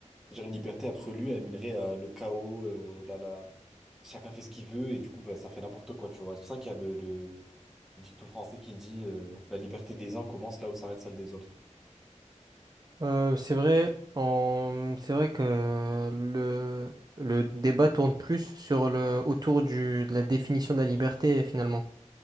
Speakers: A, in the centre; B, on the right (about 30°).
A: C'est-à-dire une liberté absolue, elle mènerait à le chaos, euh, la, la- chacun fait ce qu'il veut, et du coup, bah, ça fait n'importe quoi, tu vois. C'est pour ça qu'il y a le, le, le dicton français qui dit euh, la liberté des uns commence là où s'arrête celle des autres.
B: Euh, c'est vrai, on- c'est vrai que le, le débat tourne plus sur le, autour du, de la définition de la liberté finalement.